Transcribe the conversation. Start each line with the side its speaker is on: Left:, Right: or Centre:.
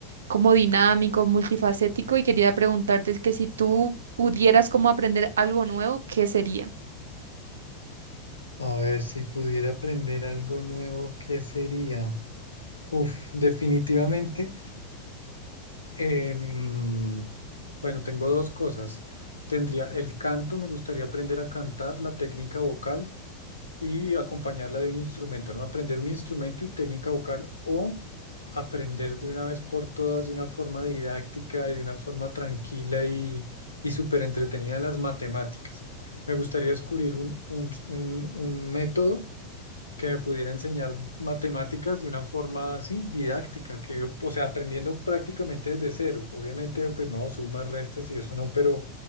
Right: como dinámico, multifacético y quería preguntarte es que si tú pudieras como aprender algo nuevo, ¿qué sería?
Left: A ver si pudiera aprender algo nuevo, ¿qué sería? Uf, definitivamente. em, Bueno, tengo dos cosas. Tendría el canto, me gustaría aprender a cantar, la técnica vocal y acompañarla de un instrumento, ¿no? Aprender un instrumento y técnica vocal o aprender de una vez por todas, de una forma didáctica y de una forma tranquila y, y súper entretenida las matemáticas. Me gustaría descubrir un, un, un un método que me pudiera enseñar matemáticas de una forma así, didáctica, que, o sea, aprendiendo prácticamente desde cero. Obviamente, pues no, sumas, restas y eso no, pero,